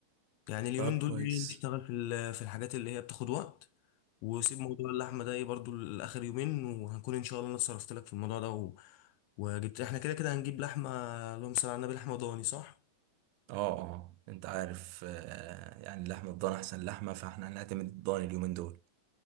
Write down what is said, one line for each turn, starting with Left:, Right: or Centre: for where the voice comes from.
Left: يعني اليومين
Right: طب كويس
Left: دول ايه نشتغل في ال- في الحاجات اللي هي بتاخد وقت وسيب موضوع اللحمه ده ايه برضو لاخر يومين وهنكون ان شاء الله انا اتصرفت لك في الموضوع ده و... وجبت احنا كده كده هنجيب لحمه اللهم صل على النبي لحمه ضاني صح
Right: اه اه انت عارف آه، يعني لحمة الضان احسن لحمة فاحنا هنعتمد الضان اليومين دول